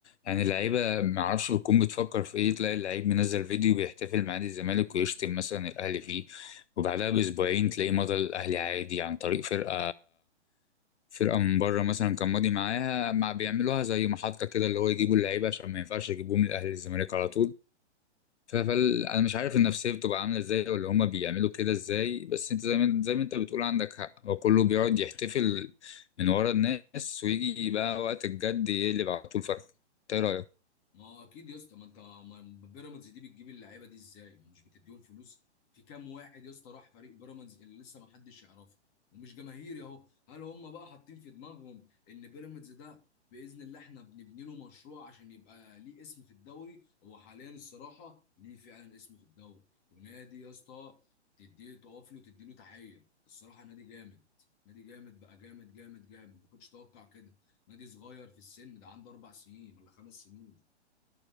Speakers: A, on the left; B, on the left.
A: يعني اللعيبه ما اعرفش بتكون بتفكر في ايه تلاقي اللعيب منزل فيديو بيحتفل مع نادي الزمالك ويشتم مثلا الاهلي فيه وبعدها باسبوعين تلاقيه مضى الاهلي عادي عن طريق فرقه فرقه من بره مثلا كان ماضي معاها مع بيعملوها زي محطه كده اللي هو يجيبوا اللعيبه عشان ما ينفعش يجيبوهم الاهلي الزمالك على طول ف- فال انا مش عارف النفسيه بتبقى عامله ازاي ولا هما بيعملوا كده ازاي بس انت زي ما زي ما انت بتقول عندك حق هو كله بيقعد يحتفل من ورا الناس ويجي بقى وقت الجد يقلب على طول فرق انت ايه رايك
B: ما هو اكيد يا اسطى ما انت ما بيراميدز دي بتجيب اللعيبه دي ازاي؟ ما مش بتديهم فلوس في كام واحد يا اسطى راح فريق بيراميدز اللي لسه ما حدش يعرفه ومش جماهيري اهو هل هم بقى حاطين في دماغهم ان بيراميدز ده باذن الله احنا بنبني له مشروع عشان يبقى ليه اسم في الدوري هو حاليا الصراحه ليه فعلا اسم في الدوري ونادي يا اسطى تديه تقف له وتدي له تحيه الصراحه نادي جامد نادي جامد بقى جامد جامد جامد ما كنتش اتوقع كده نادي صغير في السن ده عنده اربع سنين ولا خمس سنين